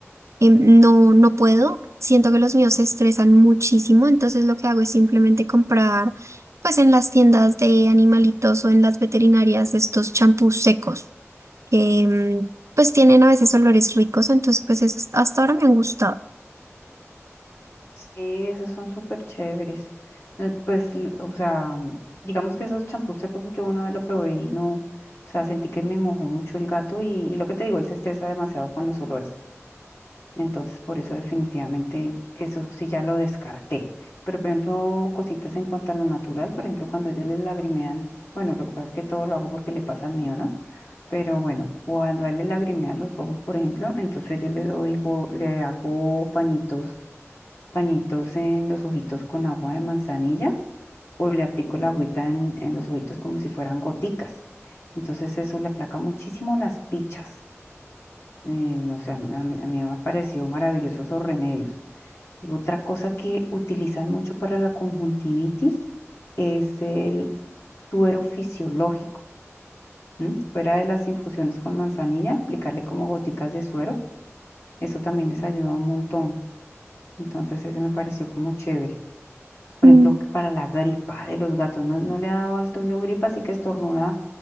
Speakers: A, on the right; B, on the left.
A: em, no, no puedo. Siento que los míos se estresan muchísimo, entonces lo que hago es simplemente comprar, pues en las tiendas de animalitos o en las veterinarias estos champús secos que em, pues tienen a veces olores ricos, entonces pues esos hasta ahora me han gustado.
B: Sí, esos son súper chéveres. Eh, Pues, l- o sea, mm, digamos que esos champús secos yo una vez lo probé y no, o sea, sentí que me mojó mucho el gato y, y lo que te digo, él se estresa demasiado con los olores. Entonces, por eso definitivamente eso sí ya lo descarté. Pero, por ejemplo, cositas en cuanto a lo natural, por ejemplo, cuando ellos les lagrimean, bueno, lo que pasa es que todo lo hago porque le pasa al mío, ¿no? Pero bueno, cuando a él le lagrimean los ojos, por ejemplo, entonces yo le doy, go- le hago pañitos pañitos en los ojitos con agua de manzanilla o le aplico la agüita en, en los ojitos como si fueran goticas. Entonces eso le aplaca muchísimo las pichas. Eh, o sea, a, a mí me pareció maravilloso esos remedios. Y otra cosa que utilizan mucho para la conjuntivitis es el suero fisiológico. ¿m? Fuera de las infusiones con manzanilla, aplicarle como goticas de suero. Eso también les ayuda un montón. Entonces ese me pareció como chévere. Por
A: Mm,
B: ejemplo, que para la gripa de los gatos, ¿no, no le ha dado al tuyo gripa? Así que estornuda,